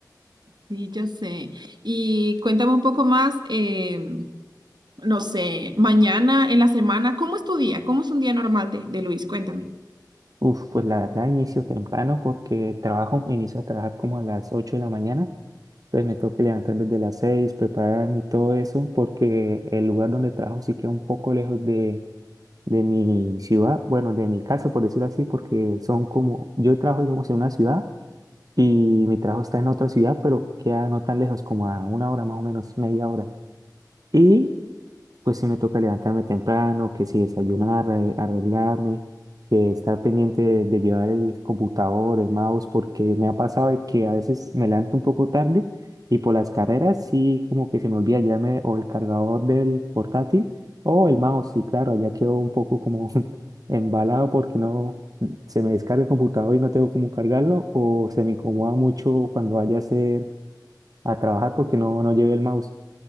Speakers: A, on the right (about 80°); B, on the right (about 55°).
A: Sí, yo sé. Y cuéntame un poco más. em, no sé, mañana, en la semana. ¿Cómo es tu día? ¿Cómo es un día normal de, de Luis? Cuéntame.
B: Uf, pues la verdad inicio temprano porque trabajo, inicio a trabajar como a las 8 de la mañana Entonces me tengo que levantar desde las seis, prepararme y todo eso, porque el lugar donde trabajo sí queda un poco lejos de, de mi ciudad, bueno, de mi casa, por decirlo así, porque son como, yo trabajo, digamos, en una ciudad y mi trabajo está en otra ciudad, pero queda no tan lejos, como a una hora más o menos, media hora. Y pues sí me toca levantarme temprano, que si desayunar, arre- arreglarme, que estar pendiente de, de llevar el computador, el mouse, porque me ha pasado de que a veces me levanto un poco tarde y por las carreras sí como que se me olvida llevarme o el cargador del portátil o el mouse, y claro, allá quedo un poco como <laughs> embalado porque no se me descarga el computador y no tengo cómo cargarlo o se me incomoda mucho cuando vaya a hacer a trabajar porque no, no llevé el mouse.